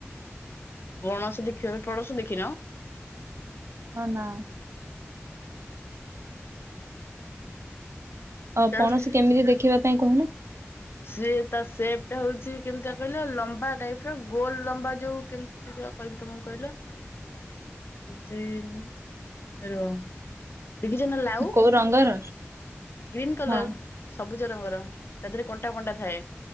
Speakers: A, on the left (about 55°); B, on the right (about 70°).
A: ପଣସ ଦେଖିବା କୁ ପଣସ ଦେଖିନ।
B: ହଁ ନାଁ। ଆଉ
A: ଜଷ୍ଟ
B: ପଣସ କେମିତି ଦେଖିବା ପାଇଁ କହୁନ।
A: ସିଏ ତା ସେପ ଟା ହଉଛି କେମିତିଆ କହିଲେ ଲମ୍ବା ଟାଇପ ର ଗୋଲ ଲମ୍ବା ଯୋଉ କେମିତି କହିବି ତମକୁ କହିଲ ଜୀମ ରହ ଦେଖିଛ ନା ଲାଉ
B: କୋଉ ରଙ୍ଗର
A: ଗ୍ରୀନ କଲର।
B: ହଁ
A: ସବୁଜ ରଙ୍ଗର ତା ଦେହରେ କଣ୍ଟ କଣ୍ଟା କଣ୍ଟା ଥାଏ